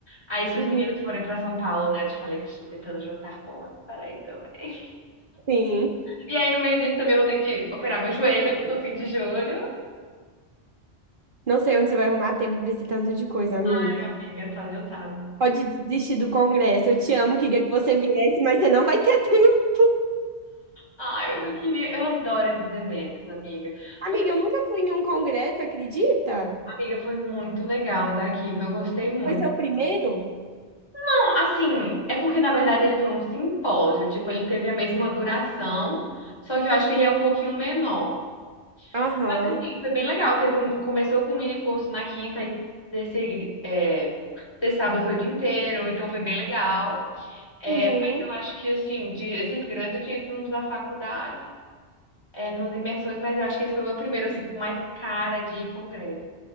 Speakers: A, on the left; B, on the right.
A: Aí, se
B: Uhum.
A: os meninos forem pra São Paulo, né? Eu te falei que eu estou tentando juntar pontos para aí também.
B: Sim.
A: E aí, no meio disso, também vou ter que operar meu joelho no fim de julho.
B: Não sei onde você vai arrumar tempo pra esse tanto de coisa, amiga.
A: Ai, amiga, só Deus sabe.
B: Pode desistir do congresso. Eu te amo, queria que você viesse, mas você não vai ter <laughs> tempo.
A: Ai, mas eu queria. Eu adoro esses eventos, amiga.
B: Amiga,
A: Foi,
B: eu nunca fui em um congresso, acredita?
A: amiga, foi muito legal daqui. Eu gostei muito.
B: Foi seu primeiro?
A: Não, assim, é porque na verdade ele foi um simpósio. Tipo, ele teve a mesma duração, só que eu acho que ele é um pouquinho menor.
B: Aham,
A: Mas, assim, foi bem legal. Teve um, começou com um mini curso na quinta e desse, é, desse sábado foi o dia inteiro, então foi bem legal. É,
B: uhum,
A: mas eu acho que, assim, de, esses grandes eu tinha ido nos da faculdade, é, nos imersões, mas eu acho que esse foi o meu primeiro, assim, com mais cara de congresso.